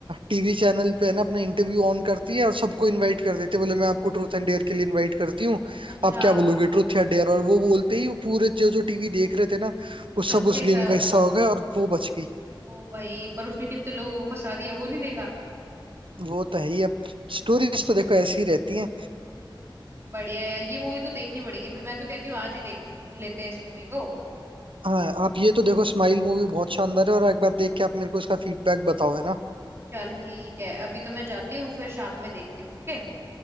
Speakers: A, on the right (about 85°); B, on the right (about 30°).
A: टीवी चैनल पे है ना अपना इंटरव्यू ऑन करती है और सबको इनवाइट कर देती है बोले मैं आपको ट्रूथ एंड डेयर के लिए इनवाइट करती हूँ
B: अच्छा
A: आप क्या बोलोगे ट्रूथ या डेयर और वो बोलते ही वो पूरे जो जो टीवी देख रहे थे ना वो
B: सबके
A: सब उस
B: साथ
A: गेम का हिस्सा हो गए और वो बच गई
B: ओ भाई पर उसने कितने लोगों को फंसा दिया वो नहीं देखा
A: वो तो है ही अब स्टोरीज तो देखो ऐसी ही रहती हैं
B: बढ़िया यार ये मूवी तो देखनी पड़ेगी फिर मैं तो कहती हूँ आज ही देख लेते हैं इस मूवी को
A: हाँ आप ये तो देखो स्माइल मूवी बहुत शानदार है और एक बार देख के आप मेरे को इसका फीडबैक बताओ है ना
B: चल ठीक है अभी तो मैं जाती हूँ फिर शाम में देखती हूँ ओके